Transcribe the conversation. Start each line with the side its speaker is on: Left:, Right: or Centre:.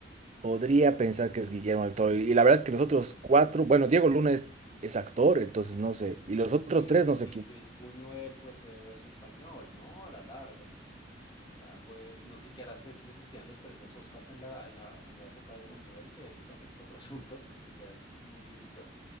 Right: Podría pensar que es Guillermo del Toro. Y la verdad es que los otros cuatro, bueno, Diego Luna es, es actor, entonces no sé. Y los otros
Left: Sí,
Right: tres no sé
Left: y
Right: quién.
Left: Luis Buñuel pues es español, ¿no? A la larga, que ya pues no siquiera sé si existían los premios Oscars en la, en la, en la época de Buñuel, que eso también es otro <laughs> asunto, porque ya es muy viejito.